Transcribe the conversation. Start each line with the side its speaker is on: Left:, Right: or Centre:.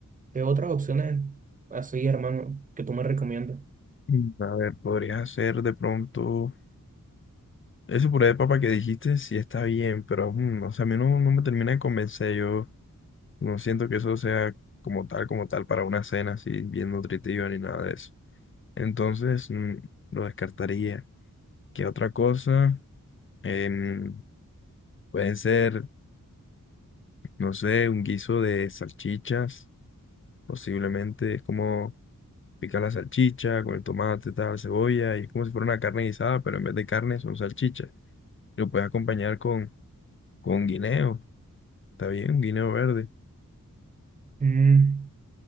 Right: ¿Qué otras opciones así, hermano, que tú me recomiendas?
Left: Mm. A ver, podrías hacer de pronto ese puré de papa que dijiste, sí está bien, pero mm, o sea, a mí no, no me termina de convencer. Yo no siento que eso sea como tal, como tal para una cena así bien nutritiva ni nada de eso. Entonces, mm, lo descartaría. ¿Qué otra cosa? Em, pueden ser, no sé, un guiso de salchichas, posiblemente. Es como picar la salchicha con el tomate, tal, cebolla, y es como si fuera una carne guisada, pero en vez de carne son salchichas. Lo puedes acompañar con, con guineo, está bien, un guineo verde.
Right: Mm,